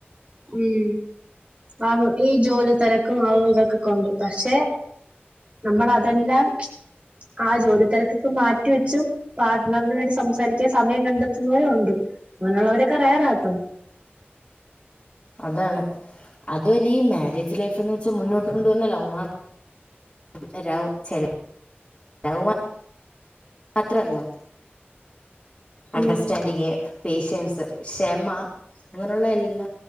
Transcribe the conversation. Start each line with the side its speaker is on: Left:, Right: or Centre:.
Right: ഉം ആഹ് ഈ ജോലി തെരക്കും അതും അതും ഇതൊക്കെ കൊണ്ട് പക്ഷെ നമ്മൾ അതെല്ലാ ആ ജോലി തെരക്കൊക്കെ മാറ്റി വെച്ചു പാർട്ണറിന് വേണ്ടി സംസാരിക്കാൻ സമയം കണ്ടെത്തുന്നവരും ഉണ്ട് അങ്ങനെയുള്ളവരൊക്കെ റയറാട്ടോ
Left: അതാണ് അതും അല്ല ഈ മാരേജ് ലൈഫ് എന്ന് വെച്ചാൽ മുന്നോട്ട് കൊണ്ടോവുന്ന ലൗമാ <unintelligible> മാത്രല്ല അണ്ടർസ്റ്റാൻഡിങ്
Right: ഉം
Left: പേഷ്യൻസ് ക്ഷമ ഇങ്ങനെയുള്ള എല്ലാ